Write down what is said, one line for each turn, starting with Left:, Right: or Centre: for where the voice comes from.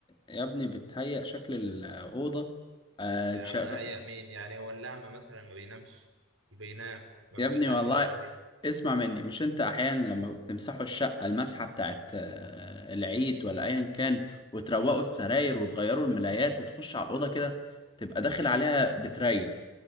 Left: يا ابني بتهيأ شكل الأوضة آه،
Right: يا
Left: تشغ-
Right: عم اهيأ مين يعني هو اللعمة مثلا ما بينامش بينام ما
Left: يا
Right: بيبقاش
Left: ابني
Right: عارف
Left: والله
Right: اللي حواليه
Left: اسمع مني مش انت احيانا لما بتمسحوا الشقة المسحة بتاعت آه، العيد ولا ايا كان وتروقوا السراير وتغيروا الملايات وتخش على الأوضة كده تبقى داخل عليها بتريل